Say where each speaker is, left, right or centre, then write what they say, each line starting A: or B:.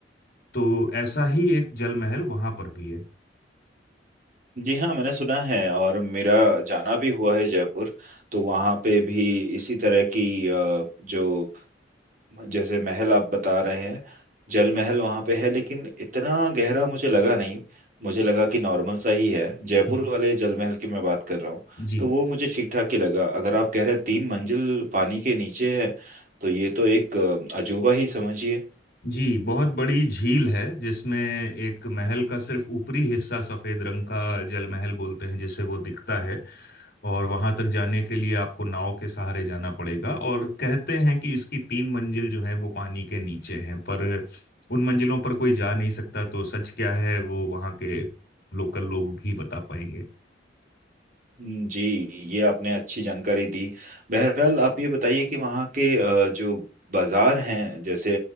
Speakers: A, on the left (about 55°); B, on the right (about 45°).
A: तो ऐसा ही एक जल महल वहां पर भी है
B: जी हाँ मैंने सुना है और मेरा जाना भी हुआ है जयपुर तो वहाँ पे भी इसी तरह की अ, जो जैसे महल आप बता रहे हैं जल महल वहां पे है लेकिन इतना गहरा मुझे लगा नहीं मुझे लगा कि नॉर्मल सा ही है जयपुर
A: हम्म।
B: वाले जल महल की मैं बात कर रहा हूँ
A: जी
B: तो वो मुझे ठीक ठाक ही लगा अगर आप कह रहे हैं तीन मंजिल पानी के नीचे है तो ये तो एक अ, अजूबा ही समझिए
A: जी बहुत बड़ी झील है जिसमें एक महल का सिर्फ ऊपरी हिस्सा सफेद रंग का जल महल बोलते हैं जिसे वो दिखता है और वहां तक जाने के लिए आपको नाव के सहारे जाना पड़ेगा और कहते हैं कि इसकी तीन मंजिल जो है वो पानी के नीचे हैं पर उन मंजिलों पर कोई जा नहीं सकता तो सच क्या है वो वहां के लोकल लोग ही बता पाएंगे
B: हम्म, जी ये आपने अच्छी जानकारी दी बहरहाल आप ये बताइए कि वहाँ के अ, जो बाजार हैं जैसे